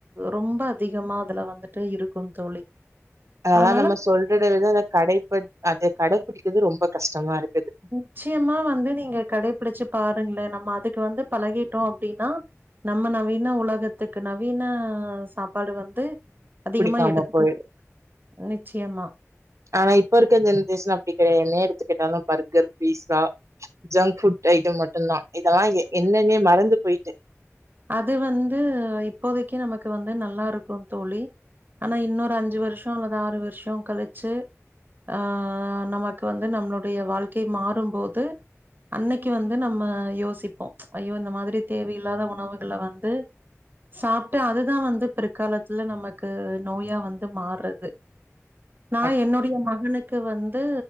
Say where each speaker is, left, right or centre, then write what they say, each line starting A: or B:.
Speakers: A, on the right; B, on the right.
A: ரொம்ப அதிகமா அதுல வந்துட்டு இருக்கு தோழி
B: அதுதா
A: அதனால
B: நம்ம சொல்றத வித அத கடைப்பட் அத கடைபிடிக்கிறது ரொம்ப கஷ்டமா இருக்குது
A: நிச்சயமா வந்து நீங்க கடைபிடிச்சு பாருங்களேன நம்ம அதுக்கு வந்து பழகிட்டோ அப்டின்னா நம்ம நவீன உலகத்துக்கு நவீன சாப்பாடு வந்து அதிகமா
B: பிடிக்காம
A: எடுத்துக்க
B: போயிடு
A: நிச்சயமா
B: ஆனா இப்ப இருக்க ஜெனரேஷன் அப்டி கெடையா என்ன எடுத்துக்கிட்டாலு burger pizza junk food item மட்டுதா இதெல்லா என்னன்னே மறந்து போயிட்டு
A: அது வந்து இப்போதைக்கு நமக்கு வந்து நல்லா இருக் கு தோழி ஆனா இன்னொரு அஞ்சு வருஷொ அல்லது ஆறு வருஷொ கழ ச்சு ஆ நமக்கு வந்து நம்மளுடைய வாழ்க்கை மாறும்போது அன்னைக்கு வந்து நம்ம யோசிப்போ ஐயோ இந்த மாதிரி தேவையில்லாத உணவுகள வந்து சாப்ட்டு அதுதா வந்து பிற்காலத்துல நமக்கு நோயா வந்து மார்றது
B: <unintelligible>
A: நா என்னுடைய மகனு க்கு வந்து